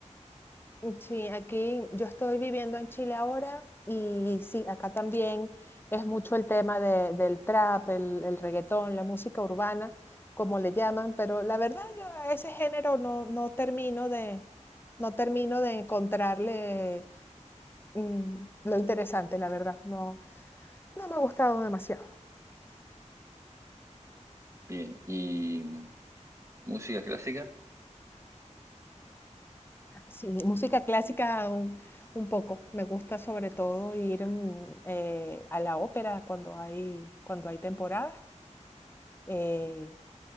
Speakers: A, on the left (about 15°); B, on the right (about 25°).
A: Mm. Sí, aquí yo estoy viviendo en Chile ahora y sí, acá también es mucho el tema de- del trap, el, el reggaetón, la música urbana, como le llaman, pero la verdad yo a ese género no, no termino de, no termino de encontrarle mm, lo interesante, la verdad. No, no me ha gustado demasiado.
B: Bien, y mm, música clásica.
A: Sí, música clásica un, un poco. Me gusta sobre todo ir mm, eh, a la ópera cuando hay, cuando hay temporada. eh,